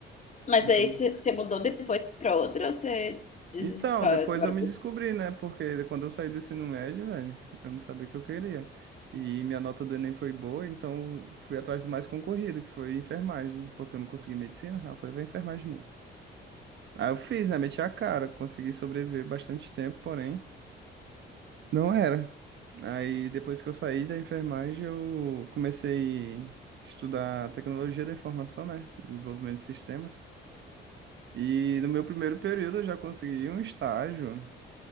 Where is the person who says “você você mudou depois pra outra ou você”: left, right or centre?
Left